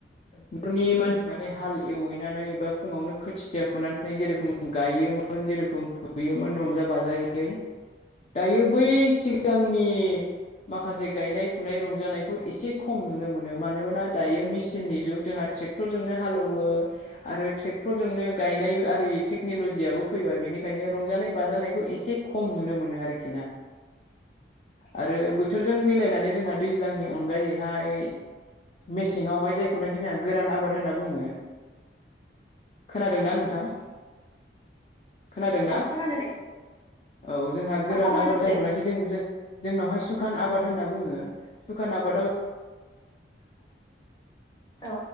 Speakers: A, on the left (about 35°); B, on the left (about 20°).
A: नख'रनि मानसि माने हाल एवहैनानै एबा फुंआवनो खोथिया खुथिया फुनानै जेरोखोम गायोमोन जेरोखम फुयोमोन रंजा बाजायै दायो बै सिगांनि माखासे गायनाय फुनाय रंजानायखौ एसे खम नुनो मोनो मानोना दायो मिसिननि जुग ट्रेक्टरजोंनो हालौवो आरो ट्रेक्टरजोंनो गायनाय आरि टेक्न'ल'जियाबो फैबाय बेनिखायनो रंजानाय बाजानायखौ एसे खम नुनो मोनो आरोखि ना आ
B: <inaudible>
A: आरो बोथोरजों मिलायनानै जोंहा दैज्लांनि अनगायैहाय मेसेंआवहाय जायखौनाखि जोंहा गोरान आबाद होनना बुंङो
B: <inaudible>
A: खोनादों ना नोंथां? खोनादोंना?
B: औ खोनादों
A: औ जोंहा गोरान
B: खोनादो
A: आबाद जायखौनाखि
B: दे
A: जों जों जोंनावहाय सुखान आबाद होनना बुंङो सुखान आबादाव
B: औ